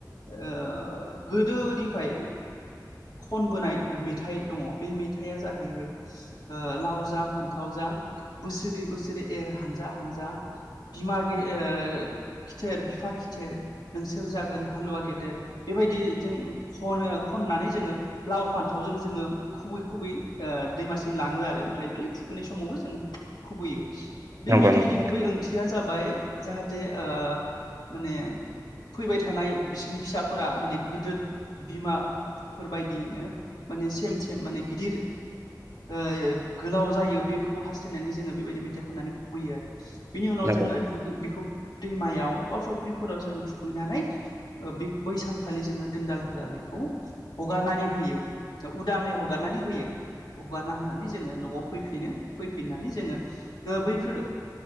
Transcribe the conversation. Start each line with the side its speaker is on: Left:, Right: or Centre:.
Left: ओ गोदोनिफ्राय खनबोनाय मेथाइ दङ बे मेथाइआ जाहैबाय ओ लाव जा फान्थाव जा बोसोरै बोसोरै एर हानजा हानजा बिमा गे ओ खिथेर बिफा खिथेर नोंसोर जागोन हालुवा गेद देर बेबायदि जों खनो खननानै जोङो लाव फान्थावजों जोङो खुबै-खुबै ओ दैमासिम लाङो आरो। <unintelligible> ब्रै थुखैनाय समावबो जोङो। खुबैयो। बे
Right: नंगौ
Left: मेथाइनि
Right: नंगौ नोंथां
Left: गुबै ओंथिया जाबाय जाहाथ जे ओ माने फैबाय थानाय बिसोरनि फिसाफोरा माने गोदो बिमाफोरबायदियैनो माने सेम-सेम माने गिदिर ओ गोलाव जायो बेखौ हास्थायनानै जोङो बेबायदि मेथाइ खननानै खुबैयो आरो। बिनि उनाव
Right: नंगौ
Left: जोङो दुगै बेखौ दैमायाव बा फुख ख्रिफोराव जोङो थुखैनानै ओ बिग बै सानखालि जोङो दोनदाल होआ बेखौ हगारनानै होयो उदाङै हगारनानै होयो हगारना होनानै जोङो न'आव फैफिनो फैफिननानै जोङो ओ बैफोर